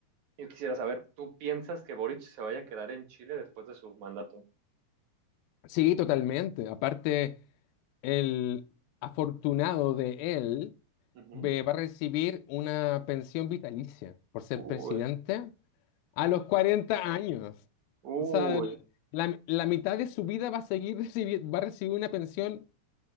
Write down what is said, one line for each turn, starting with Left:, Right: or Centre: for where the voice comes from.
Right: yo quisiera saber, ¿tú piensas que Boric se vaya a quedar en Chile después de su mandato?
Left: sí, totalmente. Aparte, el afortunado de él
Right: Ujú.
Left: ve- va a recibir una pensión vitalicia por ser
Right: Uy,
Left: presidente A los 40 años.
Right: uy,
Left: O sea, la, la mitad de su vida va a seguir <laughs> recibiendo, va a recibir una pensión,